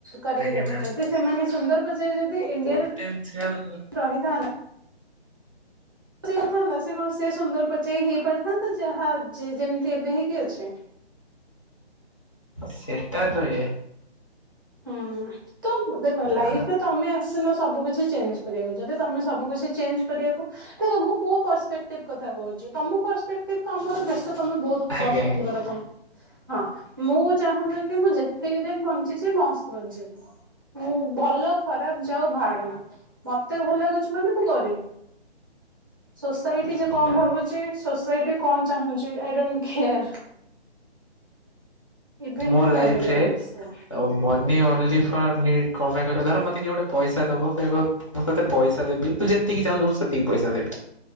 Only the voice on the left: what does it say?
ଆଜ୍ଞା
ମ୍ୟାମ୍।
ପୋଟେନ୍ସିଆଲ
ସେଟା ତ ଇଏ
ଆ
ଆଜ୍ଞା
ଆଜ୍ଞା।
ମୋ
ଲାଇଫ ରେ
ଓ ମନି ଓଲି ଫ ନିଡ କ ପାଇଁ କହିଲ ଧର ମତେ କିଏ ଗୋଟେ ପଇସା ଦବ କହିବ ମୁଁ ତତେ ପଇସା ଦେବି ତୁ ଯେତିକି ଚାହୁଁଛୁ ମୁଁ ସେତିକି ପଇସା ଦେବି